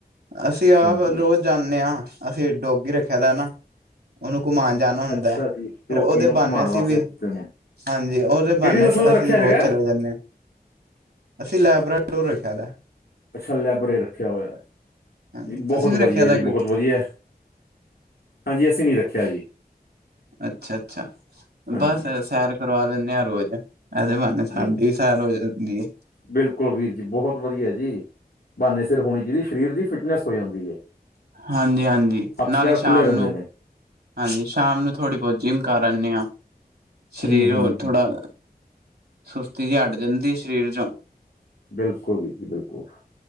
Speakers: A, on the right; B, on the left.
A: ਅਸੀਂ ਆਪ
B: ਹਾਂਜੀ
A: ਰੋਜ਼ ਜਾਨੇ ਆ ਅਸੀਂ ਡੋਗੀ ਰੱਖਿਆ ਦਾ ਨਾ ਉਹਨੂੰ ਘੁਮਾਨ ਜ ਜਾਨਾ ਹੁੰਦਾ
B: ਅੱਛਾ ਜੀ ਜੋ
A: ਫੇਰ ਉਹਦੇ
B: ਕਿ ਨੂੰ
A: ਬਾਨੇ
B: ਘੁਮਾਉਣ
A: ਅਸੀ
B: ਵਾਸਤੇ
A: ਵੀ
B: ਕੀਤੇ ਨੇ
A: ਹਾਂਜੀ, ਉਹਦੇ ਬਹਾਨੇ
B: ਕਿਹੜੀ ਨਸਲ ਦਾ
A: ਅਸੀਂ
B: ਰੱਖਿਆ
A: ਰੋਜ਼
B: ਹੈਗਾ
A: ਚਲੇ ਜਾਂਦੇ ਹਾਂ ਅਸੀਂ ਲੈਬਰਟੋਰੀ ਰੱਖਿਆ ਦਾ
B: ਅੱਛਾ ਲੈਬਰੇ ਰੱਖਿਆ ਹੋਇਆ,
A: ਹਾਂਜੀ
B: ਬਹੁਤ
A: ਤੁਸੀਂ ਵੀ
B: ਵਧੀਆ
A: ਰੱਖਿਆ ਦਾ
B: ਜੀ
A: ਕੋਈ
B: ਬਹੁਤ ਵਧੀਆ ਹਾਂਜੀ, ਅਸੀਂ ਨੀ ਰੱਖਿਆ ਜੀ
A: ਅੱਛਾ -ਅੱਛਾ
B: ਹਾਂਜੀ
A: ਬਸ ਸੈਰ ਕਰਵਾ ਲੈਂਦੇ ਆਂ ਰੋਜ਼, ਇਹਦੇ ਬਣ ਇਹ ਸਾਡੀ
B: ਜੀ
A: ਵੀ ਸੈਰ ਹੋ ਜਾਂਦੀ ਏ
B: ਬਿਲਕੁਲ ਵੀਰ ਜੀ ਬਹੁਤ ਵਧੀਆ ਜੀ, ਬਹਾਨੇ ਸਿਰ ਹੋਣੀ ਚਾਹੀਦੀ ਸਰੀਰ ਦੀ ਫਿਟਨੈਸ ਹੋ ਜਾਂਦੀ ਹੈ
A: ਹਾਂਜੀ- ਹਾਂਜੀ,
B: ਹੱਥ
A: ਨਾਲੇ
B: ਪੈਰ
A: ਸ਼ਾਮ
B: ਖੁੱਲੇ ਰਹਿੰਦੇ
A: ਨੂੰ
B: ਨੇ
A: ਹਾਂਜੀ ਸ਼ਾਮ ਨੂੰ ਥੋੜ੍ਹੀ ਬਹੁਤ ਜਿਮ ਕਰ ਆਂਦੇ ਹਾਂ, ਸਰੀਰ
B: ਹੂੰ ਹੂੰ
A: ਹੋਰ
B: ਹੂੰ,
A: ਥੋੜਾ ਸੁਸਤੀ ਜਿਹੀ ਹਟ ਜਾਂਦੀ ਹੈ, ਸਰੀਰ 'ਚੋਂ
B: ਬਿਲਕੁਲ ਵੀ ਜੀ ਬਿਲਕੁਲ